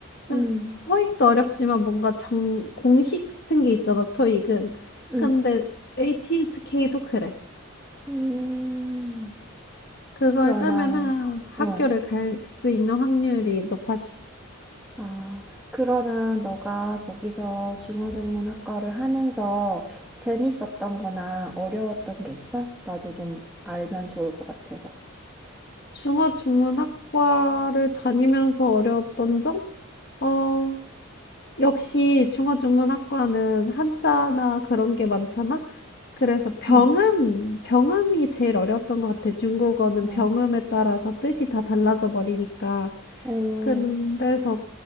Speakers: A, on the left (about 50°); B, in the centre.
A: 그,
B: 음,
A: 토익도 어렵지만 뭔가 정, 공식 같은 게 있잖아, 토익은.
B: 음,
A: 근데 HSK도 그래.
B: 음.
A: 그걸
B: 그러면,
A: 따면은 학교를
B: 어,
A: 갈 수 있는 확률이 높아지지.
B: 아, 그러면 너가 거기서 중어중문학과를 하면서 재밌었던 거나 어려웠던 게 있어? 나도 좀 알면 좋을 것 같아서.
A: 중어중문학과를 다니면서 어려웠던 점? 어, 역시 중어중문학과는 한자나 그런 게 많잖아? 그래서 병음,
B: 응.
A: 병음이 제일 어려웠던 것 같아. 중국어는
B: 아.
A: 병음에 따라서 뜻이 다 달라져 버리니까.
B: 어,
A: 그래서